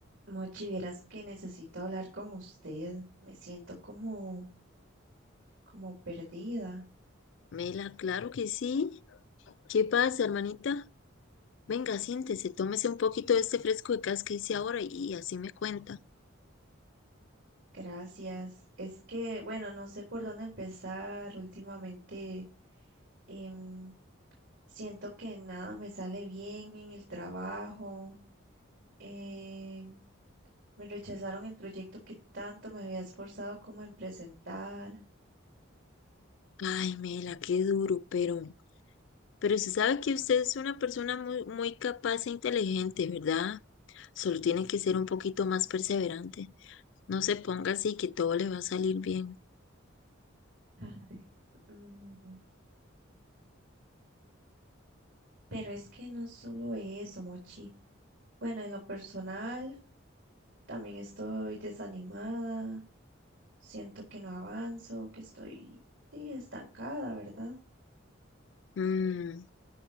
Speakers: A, on the right (about 65°); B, on the left (about 60°).
A: Mochi, vieras que necesito hablar con usted. Me siento como, como perdida.
B: Mela, claro que sí. ¿Qué pasa, hermanita? Venga, siéntese, tómese un poquito de este fresco de cas que hice ahora y, así me cuenta.
A: Gracias. Es que, bueno, no sé por dónde empezar. Últimamente em, siento que nada me sale bien en el trabajo. em, me rechazaron el proyecto que tanto me había esforzado como en presentar.
B: Ay, Mela, qué duro, pero, pero se sabe que usted es una persona muy, muy capaz e inteligente, ¿verdad? Solo tiene que ser un poquito más perseverante. No se ponga así que todo le va a salir bien.
A: Ay. Ujú. Pero es que no es solo eso, Mochi. Bueno, en lo personal, también estoy desanimada, siento que no avanzo, que estoy sí, estancada, ¿verdad?
B: Mm,